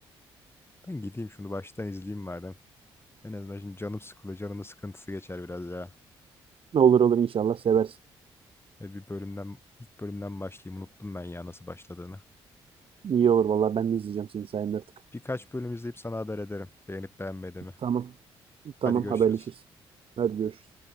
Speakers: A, on the left; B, on the right.
A: Ben gideyim şunu baştan izleyeyim madem. En azından şimdi canım sıkılıyor. Canımın sıkıntısı geçer biraz ya.
B: Olur olur inşallah seversin.
A: E bir bölümden ilk bölümden başlayayım. Unuttum ben ya nasıl başladığını.
B: İyi olur vallahi ben de izleyeceğim senin sayende artık.
A: Birkaç bölüm izleyip sana haber ederim. Beğenip beğenmediğimi.
B: Tamam. Tamam
A: Hadi görüşürüz.
B: haberleşiriz. Hadi görüşürüz.